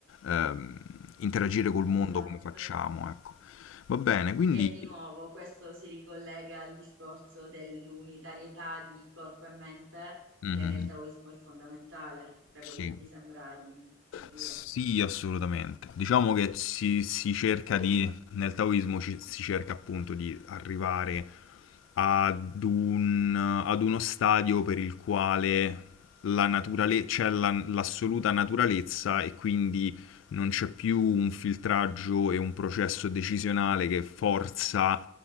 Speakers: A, on the left (about 80°); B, on the right (about 75°).
A: ehm, interagire col mondo
B: Esatto.
A: come facciamo, ecco. Va bene, quindi...
B: Che di nuovo questo si ricollega al discorso dell'unitarietà di corpo e mente,
A: Mhm.
B: che nel taoismo è fondamentale, da
A: Sì.
B: quello che mi sembra di capire.
A: Sì, assolutamente. Diciamo che si, si cerca di, nel taoismo ci- si cerca appunto di arrivare ad un, ad uno stadio per il quale la naturale- c'è la- l'assoluta naturalezza e quindi non c'è più un filtraggio e un processo decisionale che forza